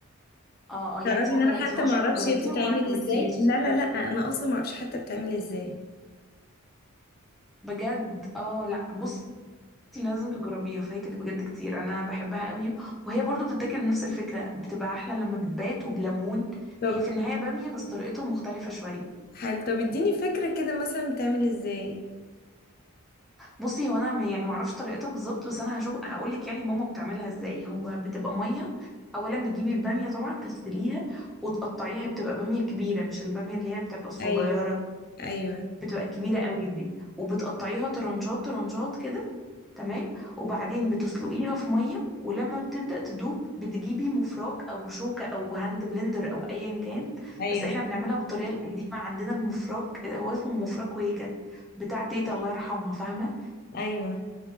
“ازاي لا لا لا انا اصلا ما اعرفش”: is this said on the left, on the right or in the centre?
Left